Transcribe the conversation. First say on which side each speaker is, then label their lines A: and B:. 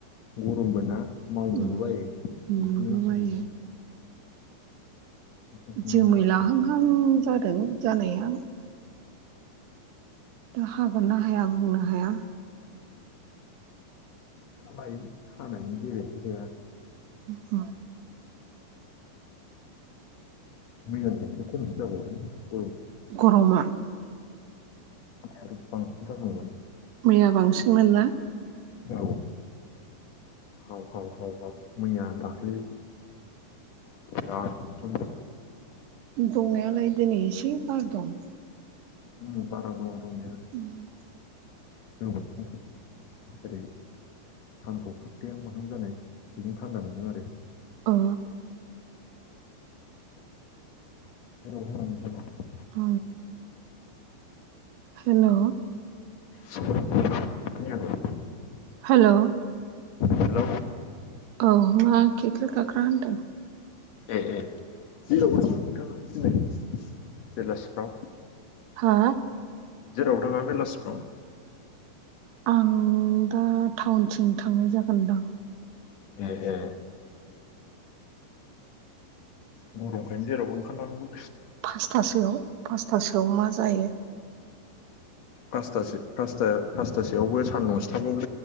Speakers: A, on the left (about 75°); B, on the right (about 75°).
A: गरमबो ना मावनोबो
B: उम
A: बायो
B: मोननोबो
A: बेखौनो
B: बायो
A: ओरैनो ओंखाम संनानै
B: जोमै
A: जाबाय
B: लाहांहां
A: आरो
B: जादों जानाया ' हागोन ना हाया बुंनो हाया
A: बाइ हानायनि गेरेन्थि जाया
B: ह
A: मैयानिफ्राय खमसो जाबावदों
B: गरमा
A: आरो बांसिन जाबावगोन
B: मैया बांसिनमोन ना
A: औ हाव हाव हाव मैया दाखलि बिराद
B: दंनायालाय दिनै एसे बार दं
A: उम बारा दङ दंनाया
B: उम
A: जों ओरै सानखौ खोबथायाव माहां जानाय बेजों थान्दा मोनदों आरो
B: अ
A: <unintelligible>
B: औ। हेल'।
A: <inaudible>
B: हेल'।
A: हेल'।
B: औ मा खेख्रि खाख्रा होनदों।
A: ए ए हेल नोंथाङा दि बेलासिफ्राव
B: हो
A: जेराव थाङा बेलासिफ्राव।
B: आं दा टाउनथिं थांनाय जागोनदां।
A: ए ए गरमखायनो जेरावबो ओंखारनो हो।
B: फासथासोआव-फासथासोआव मा जायो।
A: फासथासो-फासथा फासथासोआवबो सानदुंसो थांबावगोनदां।